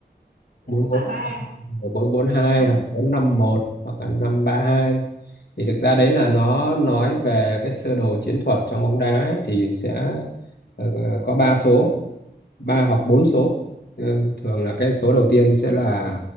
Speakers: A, on the left (about 65°); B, on the right (about 75°).
A: bốn
B: 432
A: bốn
B: ba ba
A: bốn bốn hai
B: À,
A: hoặc bốn năm một hoặc là năm ba hai thì thực ra đấy là nó nói về cái sơ đồ chiến thuật trong bóng đá ấy, thì sẽ ờ, có ba số ba hoặc bốn số Ừ, thường là cái số đầu tiên sẽ là